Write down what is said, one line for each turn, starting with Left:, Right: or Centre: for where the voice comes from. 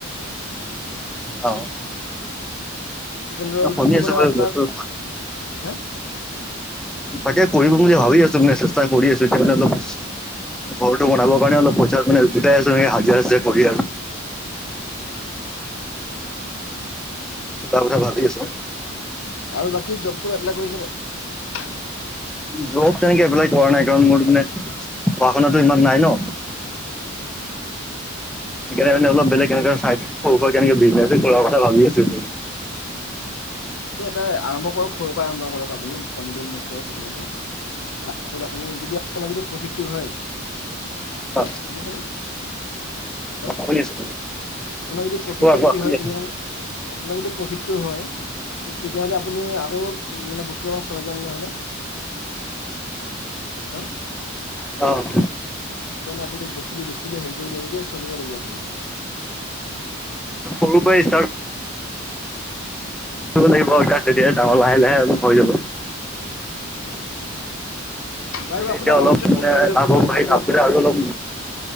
Centre: অ
Left: ধৰক
Centre: শুনি
Left: যোনটো
Centre: আছো
Left: মানে
Centre: বাৰু
Left: আপোনাক হে
Centre: তাকে, কৰিম বুলি ভাবি আছো মানে চেষ্টা কৰি আছো ঘৰটো বনাবৰ
Left: হয়
Centre: কাৰণে অলপ পইচা মানে গোটাই আছো স হাজিৰা হাজিৰ কৰি আৰু
Left: উম। কৰিব পাৰে
Centre: এটা
Left: আপুনি
Centre: কঠা ভাবি আছো।
Left: আৰু বাকী জব চব এপলাই কৰিছে নাই
Centre: যব তেনেকে এপ্লাই কৰা নাই, কাৰণ মোৰ মানে পঢ়া শুনাটো ইমান নাই ন। সেইকাৰণে মানে, অলপ বেলেগ চাই সৰুৰ সুৰা বিচনছ কৰা কথাভাবি আছু।
Left: তাকে, এটা আৰম্ভ কৰক সৰুৰ পৰা আৰম্ভ কৰক আপুনি কমকে ইনভেষ্ট কৰক প্ৰথমতে। তাৰ পিছত আপুনি যদিদি প্ৰফিটটো হয়। হা
Centre: অ।
Left: শুনি ছেনে? হেল্ল,
Centre: শুনি আছো শুনি আছো
Left: আপোনাৰ যদি প্ৰফিটটো
Centre: কোৱা কোৱা
Left: যদি
Centre: শুনি
Left: হয়
Centre: আছো।
Left: তেতিয়াহলে তাকে, আপোনাৰ যদি প্ৰফিটটো হয়। তেতিয়াহলে, আপুনি আৰু মানে বস্তু অলপ খৰকে আনিলে হলে। হেল্ল'।
Centre: অ, '
Left: সেইকাৰণে, আপুনি বস্তুটো বেছিলে হেৰি কৰি চলিব লাগিব আপুনি আৰু।
Centre: সৰুপৰাই। দিব লাগিব তেতিয়া, ডাঙৰ লাহে লাহে হৈ যাব।
Left: বাৰু আপোনাক
Centre: এতিয়া, অলপ
Left: মই পিছত
Centre: মানে
Left: ফোন কৰিম দিয়ক
Centre: লাভ
Left: আপোনাক
Centre: হব
Left: ভালকে
Centre: লাভৰে
Left: আপোনাক
Centre: আৰু অলপ